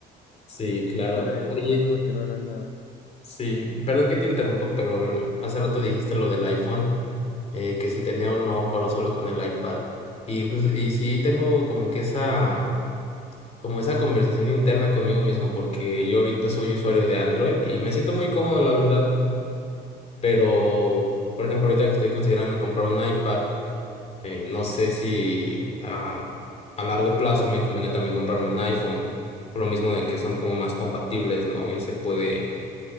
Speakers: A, on the left (about 40°); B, on the left (about 65°).
A: Sí, claro.
B: para eso
A: Oye.
B: mejor que no hagan nada.
A: Sí, perdón que te interrumpa, pero hace rato dijiste lo del iPhone, eh, que si tenía o no para usarlo con el iPad. Y, jus- y sí tengo como que esa, como esa conversación interna conmigo mismo, porque yo ahorita soy usuario de Android y me siento muy cómodo, la verdad. Pero, por ejemplo, ahorita que estoy considerando comprar un iPad, eh, no sé si a, a largo plazo me convenga también comprarme un iPhone, por lo mismo de que son como más compatibles, ¿no? Y se puede